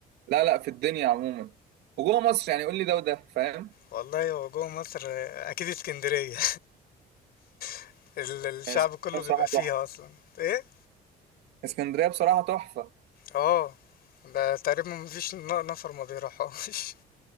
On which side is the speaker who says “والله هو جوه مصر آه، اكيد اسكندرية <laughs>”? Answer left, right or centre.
Left